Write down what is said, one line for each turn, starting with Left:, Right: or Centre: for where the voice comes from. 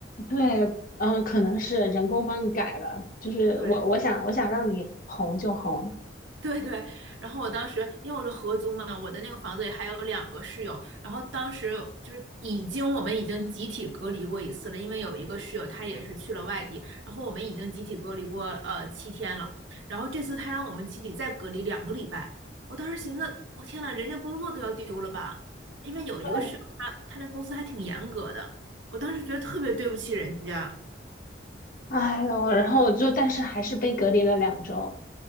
Left: 对，嗯，可能是人工帮你改了，就是我我想我想让你红就红，
Right: <laughs> 对，对对，然后我当时因为我是合租嘛，我的那个房子里还有两个室友，然后当时就是已经我们已经集体隔离过一次了，因为有一个室友他也是去了外地，然后我们已经集体隔离过呃七天了，然后这次他让我们集体再隔离两个礼拜，我当时寻思，我天呐，人家工作都要丢了吧？因为有一个室友他他那公司还挺严格的，
Left: 对，
Right: 我当时觉得特别对不起人家。
Left: 哎呦，然后就但是还是被隔离了两周